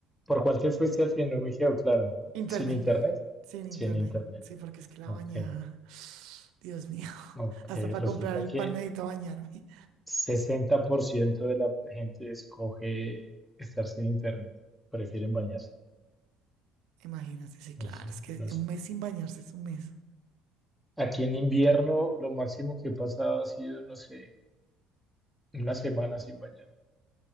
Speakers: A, in the centre; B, on the right.
A: ¿por cuál te fuiste al fin? No me quedó claro.
B: Internet,
A: ¿Sin internet?
B: sin internet,
A: Sin internet.
B: sí, porque es que la
A: Ok,
B: bañada, <sighs> Dios mío,
A: ok.
B: <laughs> hasta para
A: Resulta
B: comprar el
A: que
B: pan necesito bañarme.
A: 60% de la gente escoge estar sin internet, prefieren bañarse.
B: Imagínate, sí,
A: Entonces,
B: claro, es que
A: no es-
B: un mes sin bañarse es un mes.
A: aquí en invierno lo máximo que he pasado ha sido, no sé, una semana sin bañarme.